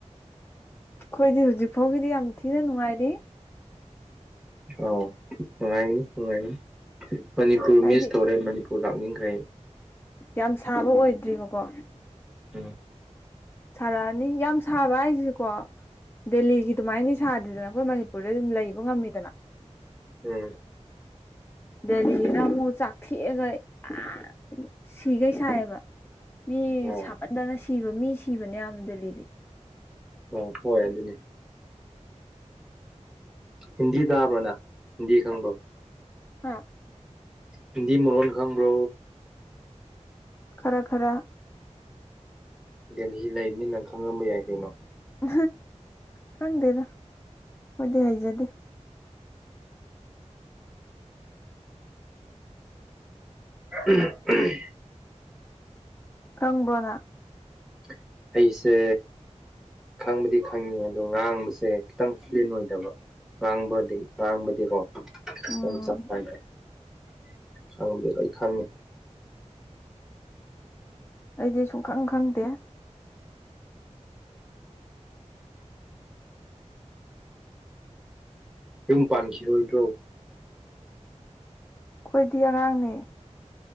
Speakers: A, on the left (about 20°); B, in the centre.
A: ꯑꯩꯈꯣꯏꯗꯤ ꯍꯧꯖꯤꯛ ꯐꯥꯎꯒꯤꯗꯤ ꯌꯥꯝ ꯊꯤꯅ ꯅꯨꯡꯉꯥꯏꯔꯤ
B: ꯑꯥꯎ ꯅꯨꯡꯉꯥꯏꯔꯤ ꯅꯨꯡꯉꯥꯏꯔꯤ ꯫ ꯃꯅꯤꯄꯨꯔ
A: ꯍꯥꯏꯗꯤ
B: ꯃꯤꯁ ꯇꯧꯔꯦ ꯃꯅꯤꯄꯨꯔ ꯂꯥꯛꯅꯤꯡꯈ꯭ꯔꯦ
A: ꯌꯥꯝ ꯁꯥꯕ ꯑꯣꯏꯗ꯭ꯔꯤꯕꯀꯣ
B: ꯎꯝ
A: ꯁꯥꯔ ꯑꯅꯤ ꯌꯥꯝ ꯁꯥꯕ ꯍꯥꯏꯁꯦ ꯀꯣ ꯗꯦꯜꯂꯤꯒꯤ ꯑꯗꯨꯃꯥꯏꯅꯅꯤ ꯁꯥꯗ꯭ꯔꯤꯗꯅ ꯑꯩꯈꯣꯏ ꯃꯅꯤꯄꯨꯔꯗ ꯑꯗꯨꯝ ꯂꯩꯕ ꯉꯝꯃꯤꯗꯅ
B: ꯎꯝ
A: ꯗꯦꯜꯂꯤꯗꯃꯨꯛ ꯑꯃꯨꯛ ꯆꯥꯛꯊꯦꯛꯑꯒ ꯑꯥ ꯁꯤꯒꯩ ꯁꯥꯏꯌꯦꯕ ꯃꯤ
B: ꯑꯣ
A: ꯁꯥꯃꯟꯗꯅ ꯁꯤꯕ ꯃꯤ ꯁꯤꯕꯅꯦ ꯌꯥꯝ ꯗꯦꯜꯂꯤꯗꯤ
B: ꯑꯣ ꯍꯣꯏ ꯑꯗꯨꯅꯤ ꯍꯤꯟꯗꯤ ꯇꯥꯕ꯭ꯔꯣ ꯅꯪ ꯫ ꯗꯤ ꯈꯪꯕꯔꯣ
A: ꯍꯥ
B: ꯍꯤꯟꯗꯤ ꯃꯔꯣꯟ ꯈꯪꯕ꯭ꯔꯣ
A: ꯈꯔꯥ ꯈꯔꯥ
B: ꯗꯦꯜꯍꯤ ꯂꯩꯕꯅꯤꯅ ꯈꯪꯉꯝꯕ ꯌꯥꯏ ꯀꯩꯅꯣ
A: ꯎ ꯈꯪꯗꯦꯔ ꯍꯣꯏꯗꯤ ꯍꯥꯏꯖꯗꯦ
B: ꯎꯝ ꯎꯝ
A: ꯈꯪꯕ꯭ꯔꯣꯅ
B: <unintelligible> ꯑꯩꯁꯦ ꯈꯪꯕꯗꯤ ꯈꯪꯉꯦ ꯑꯗꯣ ꯉꯥꯡꯕꯁꯦ ꯈꯤꯇꯪ ꯐ꯭ꯂꯤꯟ ꯑꯣꯏꯗꯕ ꯋꯥꯥꯡꯕꯗꯤ ꯋꯥꯥꯡꯕꯗꯤꯀꯣ
A: ꯎꯝ
B: ꯆꯞꯄ ꯈꯪꯗꯦ ꯑꯩ ꯈꯪꯉꯦ
A: ꯑꯩꯗꯤ ꯁꯨꯡꯈꯪ ꯈꯪꯗꯦ
B: ꯌꯨꯝ ꯄꯥꯟꯈꯤꯔꯣꯏꯗ꯭ꯔꯣ
A: ꯈꯣꯏꯗꯤ ꯑꯉꯥꯡꯅꯦ